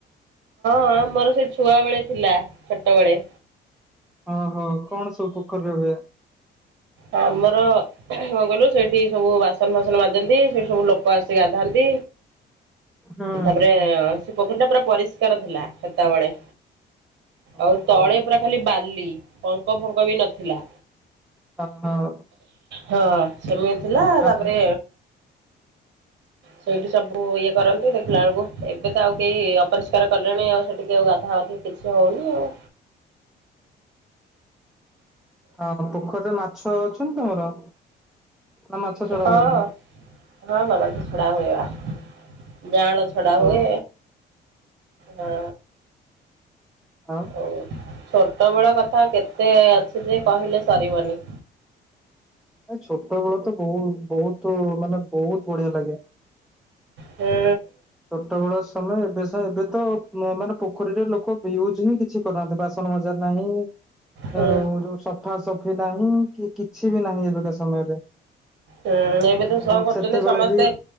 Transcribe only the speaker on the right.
ହଁ ଆମର ସେ ଛୁଆ ବେଳେ ଥିଲା ଛୋଟବେଳେ।
ଆମର କଣ କହିଲୁ ସେଠି ସବୁ ବାସନ୍ ଫାସନ୍ ମାଜନ୍ତି ସେଠି ସବୁ ଲୋକ ଆସି ଗାଧାନ୍ତି।
ତାପରେ ସେ ପୋଖରୀ ଟା ପୁରା ପରିଷ୍କାର ଥିଲା ସେତବେଳେ।
ଆଉ ତଳେ ପୁରା ଖାଲି ବାଲି ପଙ୍କ ଫଙ୍କ ବି ନଥିଲା।
ହଁ ସେମିତି ଥିଲା ତାପରେ
ସେଇଠି ସବୁ ଇଏ କରନ୍ତି ଦେଖିଲା ବେଳକୁ ଏବେ ତ ଆଉ କେହି ଅପରିଷ୍କାର କଲେଣି ଆଉ ସେଠିକି ଆଉ ଗାଧାଗାଧି କିଛି ହଉନି ଆଉ।
ହଁ
-ହଁ ବାବା ମାଛ ଛଡା ହୁଏ ବା ଜାଁ ଳ ଛଡାହୁଏ
ହଁ
-ହଉ। ଛୋଟବେଳ କଥା କେତେ ଅଛି ଯେ କହିଲେ ସରିବନି।
ହୁଁ
ହୁଁ
ହୁଁ ଏବେ
ତ କଣ କରୁଚନ୍ତି
ସମସ୍ତେ